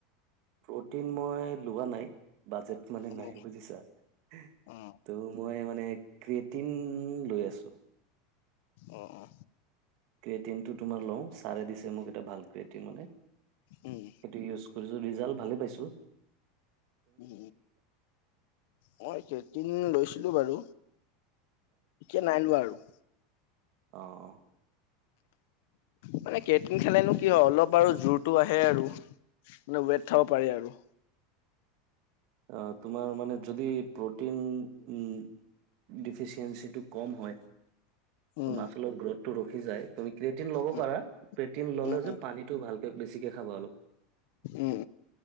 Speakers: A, on the right (about 40°); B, on the left (about 55°).
A: প্ৰ'টিন মই লোৱা নাই বাজেট মানে নাই
B: অ
A: বুজিছা ত'
B: অ
A: মই মানে কেটিন লৈ আছোঁ।
B: অ অ
A: ক্ৰেটিনটো তোমাৰ লওঁ ছাৰে দিছে মোক এটা ভাল ক্ৰেটিন মানে সেইটো
B: উম
A: ইউজ কৰিছোঁ ৰিজাল্ট ভালে পাইছোঁ।
B: উ মই কেটিন লৈছিলোঁ বাৰু- এতিয়া নাই লোৱা আৰু
A: আহ
B: মানে কেটিং খালেনো কি হয় অলপ আৰু জোৰতটো আহে আৰু মানে ৱেট থব পাৰি আৰু।
A: আহ তোমাৰ মানে যদি প্ৰটিন উম ডিফিচিয়েঞ্চিটো কম হয়।
B: উম,
A: মাচলৰ গ্ৰোথটো ৰখি যায় তুমি ক্ৰেটিন ল'ব
B: উম,
A: পাৰা ক্ৰেটিন ল'লে
B: উম,
A: যে
B: উম,
A: পানীটো ভাল। বেছিকে খাবা অলপ
B: উম,